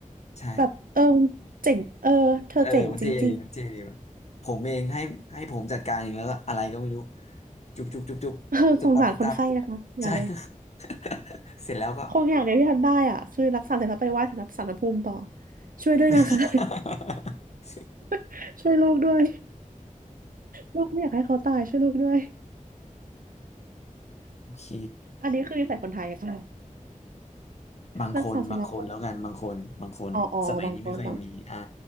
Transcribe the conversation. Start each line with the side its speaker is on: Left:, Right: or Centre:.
Left: ใช่
Right: แบบเออเจ๋งเออเธอเจ๋งจริง
Left: เออมันเท่ดีมันเท่ดีว่ะผมเองให้ให้ผมจัดการเองแล้วก็อะไรก็ไม่รู้จุบจุบจุบจุบตึบตับตึบตับ
Right: ๆ <laughs> เออสงสารคนไข้นะคะอย่าเลย
Left: ใช่ <laughs> เสร็จแล้วก็
Right: คงอย่างเดียวที่ทำได้อ่ะคือรักษาเสร็จแล้วไปไหว้สารพระภูมิต่อช่วยด้วยนะคะ
Left: <laughs>
Right: <laughs> ช่วยลูกด้วย ลูกไม่อยากให้เขาตายช่วยลูกด้วย
Left: โอเค
Right: อันนี้คือนิสัยคนไทยค่ะ
Left: บางคนบางคนแล้วกันบางคนบางคนสมัยนี้ไม่ค่อยมีอ่า
Right: รักษาสนบอ๋ออ๋อบางคนบาง